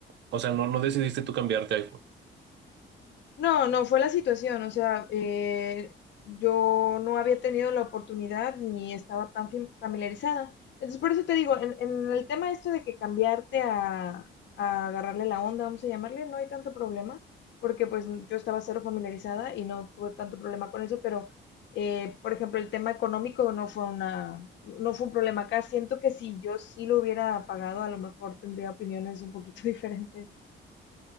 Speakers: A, on the right (about 65°); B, on the left (about 65°).
A: o sea, no, no decidiste tú cambiarte a iPhone.
B: No, no, fue la situación, o sea, eh, yo no había tenido la oportunidad ni estaba tan fam- familiarizada. Entonces, por eso te digo, en, en el tema esto de que cambiarte a, a agarrarle la onda, vamos a llamarle, no hay tanto problema, porque pues yo estaba cero familiarizada y no tuve tanto problema con eso, pero, eh, por ejemplo, el tema económico no fue una, no fue un problema acá. Siento que si yo sí lo hubiera pagado, a lo mejor tendría opiniones un poquito <laughs> diferentes